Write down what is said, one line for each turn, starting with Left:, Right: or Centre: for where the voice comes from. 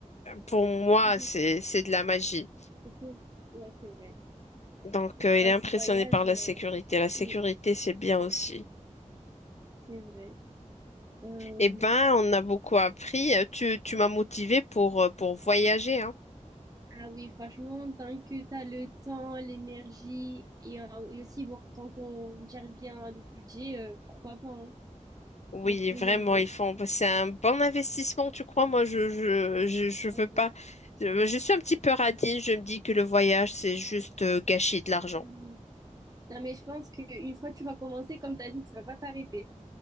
Left: pour moi,
Right: Mm-hmm.
Left: c'est, c'est de la magie.
Right: <laughs> Et puis, ouais, c'est vrai.
Left: Donc, euh, elle
Right: Quand
Left: est impressionnée
Right: tu voyages,
Left: par la
Right: euh,
Left: sécurité. La sécurité,
Right: mm,
Left: c'est bien aussi.
Right: c'est vrai. Euh,
Left: Eh ben, on a beaucoup appris. Euh, Tu, tu m'as motivée pour, euh, pour voyager, hein.
Right: Ah oui, franchement, tant que tu as le temps, l'énergie et, euh, et aussi bon, tant qu'on gère bien le budget, euh, pourquoi pas, hein.
Left: Oui,
Right: On faut
Left: vraiment,
Right: y aller.
Left: ils font, c'est un bon investissement, tu crois? Moi, je, je, je, je veux pas.
Right: En
Left: Je je suis un petit peu radine. Je me dis que le voyage, c'est juste euh, gâcher de l'argent.
Right: Mhm. Non, mais je pense qu'une fois que tu vas commencer, comme tu as dit, tu vas pas t'arrêter.